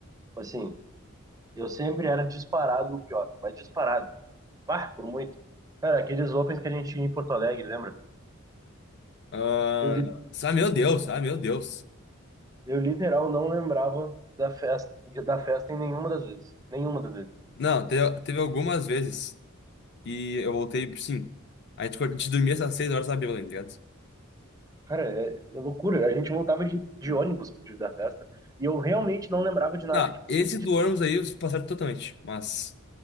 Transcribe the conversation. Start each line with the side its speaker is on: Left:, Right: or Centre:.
Right: Assim, eu sempre era disparado o pior, mas disparado. Ah, por muito. Cara, aqueles opens que a gente ia em Porto Alegre, lembra?
Left: Ah,
Right: Eu, li-
Left: ah, meu Deus, ah, meu Deus.
Right: eu literal não lembrava da festa, da festa em nenhuma das vezes. Nenhuma das vezes.
Left: Não, teve, teve algumas vezes que eu voltei, sim. A gente, a gente dormia essas seis horas, sabe, tá ligado?
Right: Cara, é, é loucura. A gente voltava de, de ônibus da festa e eu realmente não lembrava de nada.
Left: Não,
Right: Tipo
Left: esse
Right: assim, de-
Left: do ônibus aí, os passaram totalmente. Mas.